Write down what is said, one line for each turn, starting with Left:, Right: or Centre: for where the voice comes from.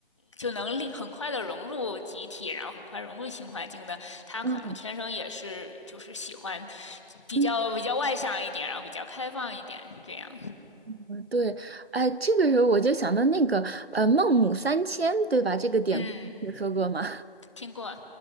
Left: 就能力很快的融入集体，然后很快融入新环境的。他可能天生也是就是喜欢
Right: 嗯
Left: 比较比较外向一点，
Right: 嗯，
Left: 然后比较开放一点这样。
Right: 嗯对，哎，这个时候我就想到那个呃孟母三迁，对吧？这个典故你听说过吗？
Left: 嗯，听过。